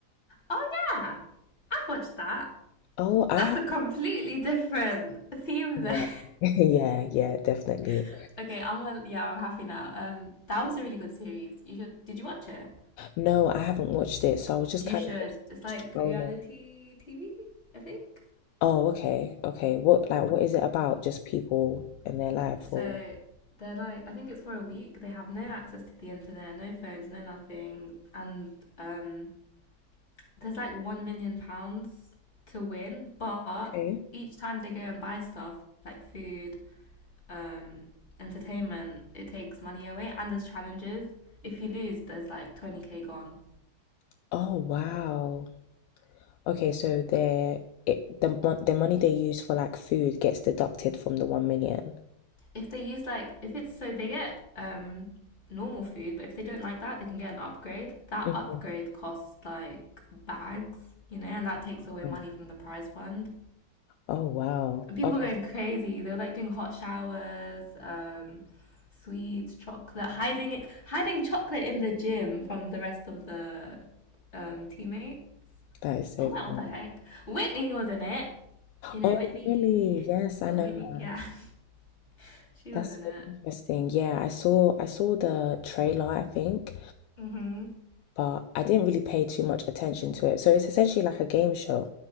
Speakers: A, on the left; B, on the left.
A: Oh yeah, I watched that.
B: Oh, I
A: That's
B: have,
A: a completely different theme though.
B: yeah. <laughs> Yeah, yeah, definitely.
A: <laughs> okay, I'm well, yeah, I'm happy now. Um, that was a really good series. You should. Did you watch it?
B: No, I haven't watched it, so I was just
A: You
B: kind
A: should.
B: of just
A: It's like
B: scrolling.
A: reality TV, I think.
B: Oh, okay, okay. What like what is it about? Just people and their life,
A: So
B: or
A: they're like, I think it's for a week. They have no access to the internet, no phones, no nothing, and um, there's like one million pounds to win, but
B: Okay.
A: each time they go and buy stuff like food um, entertainment, it takes money away and there's challenges. If you lose, there's like 20k gone.
B: oh wow. Okay, so their it the mon- the money they use for like food gets deducted from the one million.
A: If they use like, if it's so they get um, normal food, but if they don't like that, they can get an upgrade. That
B: Mhm.
A: upgrade costs like bags, you know, and that takes away
B: Mm.
A: money from the prize fund.
B: Oh wow.
A: And people
B: Okay,
A: are going
B: so
A: crazy. They are like doing hot showers, um, sweets, chocolate, hiding it, hiding chocolate in the gym from the rest of the um, teammates.
B: that is so
A: Oh, well,
B: funny.
A: what the heck? Whitney was in it. You know,
B: Oh
A: Whitney.
B: really? Yes,
A: Oh,
B: I know.
A: Whitney.
B: her.
A: Yeah. <laughs> She
B: That's
A: was in
B: so
A: it.
B: interesting. Yeah, I saw I saw the trailer, I think.
A: Mm-hmm.
B: but I didn't really pay too much attention to it. So it's essentially like a game show.